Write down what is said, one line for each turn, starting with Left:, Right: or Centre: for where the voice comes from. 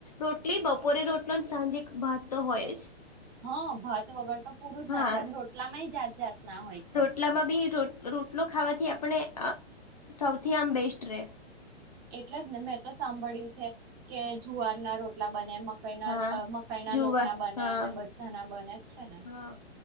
Left: રોટલી, બપોરે રોટલો ને સાંજે ભાત તો હોય અ જ.
Right: હ, ભાત વગર તો પૂરું જ
Left: હા
Right: ના થાય ને રોટલામાંય જાત જાત ના હોય છે.
Left: એટલામાં બી રોટ રોટલો ખાવાથી આપણે અ સૌથી આમ બેસ્ટ રેહ.
Right: એટલે જ ને, મેં તો સાંભળ્યું છે કે જુવાર ના રોટલા બને, મ કાઈ ના
Left: હા
Right: મકાઈ ના
Left: જુવાર
Right: લોટના બને
Left: હા
Right: ને બધા ના બને જ છે ને?
Left: હા